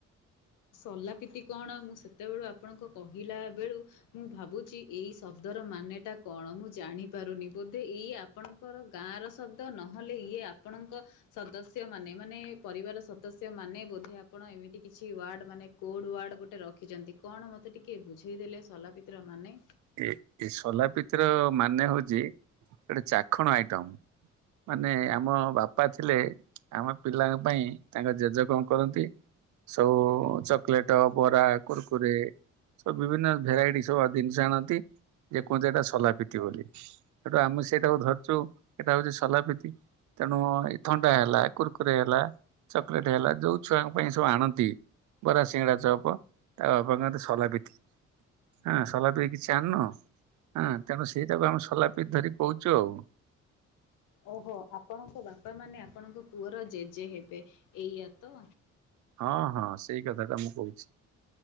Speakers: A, on the left; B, on the right.
A: ସଲାପିତି କଣ? ମୁଁ ସେତେବେଳୁ ଆପଣଙ୍କ କହିଲା ବେଳୁ ମୁଁ ଭାବୁ ଚି ଏଇ ଶବ୍ଦର ମାନେଟା କଣ ମୁଁ ଜାଣିପାରୁନି ବୋଧେ ଏଇ ଆପଣଙ୍କର ଗାଁ ର ଶବ୍ଦ ନହେଲେ ଇଏ ଆପଣଙ୍କ ସଦସ୍ୟ ମାନେ ମାନେ ପରିବା ସଦସ୍ୟ ମାନେ ବୋଧେ ଆପଣ ଏମିତି କିଛି ୱାର୍ଡ ମାନେ କୋଡ଼ ୱାର୍ଡ଼ ଗୋଟେ ରଖିଛନ୍ତି। କଣ ମୋତେ ଟିକେ ବୁଝେଇଦେଲେ ସଲାପିତି ମାନେ?
B: ଏ ଏ ସଲାପତିର ମାନେ ହଉଛି ଗୋଟେ ଚାଖଣ ଆଇଟମ। ମାନେ ଆମ ବାପା ଥିଲେ। ଆମ ପିଲାଙ୍କ ପାଇଁ ତାଙ୍କ ଜେଜେ କଣ କରନ୍ତି? ସବୁ ଚକୋଲେଟ, ବରା, କୁୁରକୁରେ ସବୁ ବିଭିନ୍ନ ଭେରାଇଟି ସବୁ ଜିନିଷ ଆଣନ୍ତି। ଯେ କୁହନ୍ତିୁ ଏଇଟା ସୋଲାପିତି ବୋଲି। ସେଟୁ ଆମେ ସେଇଟାକୁ ଧରିଛୁ ସେଇଟା ହଉଛି ସୋଲାପିତି। ତେଣୁ ଥଣ୍ଡା ହେଲା, କୁୁରକୁରେ ହେଲା ଚକ୍ଲେଟ ହେଲା, ଯୋଉ ଛୁଆଙ୍କ ପାଇଁ ସବୁ ଆଣନ୍ତି? ବରା, ସିଙ୍ଗଡା, ଚପ। ତା ବାପଙ୍କ ସୋଲାପିତି ହଁ ସଲା ପାଇଁ କିଛି ଚାନ ହଁ ତେଣୁ ସେଇଟାକୁ ଆମେ ସଲାପ <unintelligible> ଧରି କହୁଛୁ ଆଉ।
A: ଓହୋ! ଆପଣଙ୍କ ବାପା ମାନେ ଆପଣଙ୍କ ପୁଅର ଜେଜେ ହେବେ ଏଇଆା ତ?
B: ହଁ ହଁ ସେଇ କଥାଟା ମୁଁ କହୁଛି।